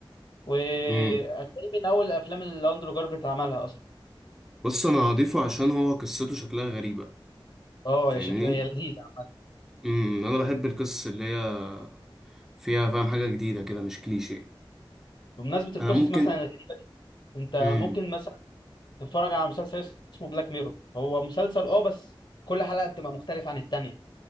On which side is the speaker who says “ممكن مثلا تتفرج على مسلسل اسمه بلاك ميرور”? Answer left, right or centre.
Left